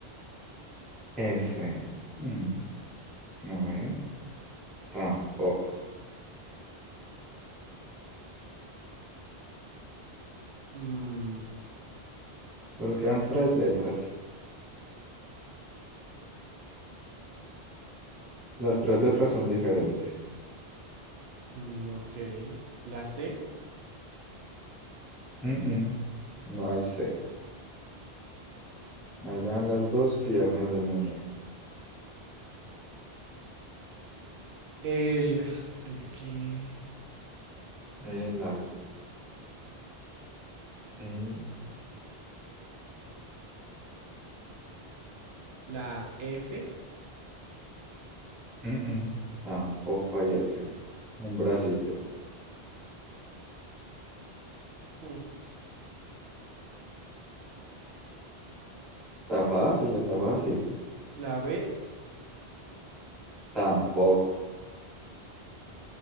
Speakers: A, in the centre; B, on the right.
A: S. Mm, A ver, tampoco.
B: mm,
A: Solo quedan tres letras. Las tres letras son diferentes.
B: mm, ok. La C,
A: Mm, mm, No hay C. Allá en las dos piernas del muñeco.
B: el, el que.
A: El algodón. el,
B: La F,
A: mm, mm. Tampoco hay F. Un bracito.
B: mm,
A: Está fácil, está fácil.
B: la B,
A: Tampoco.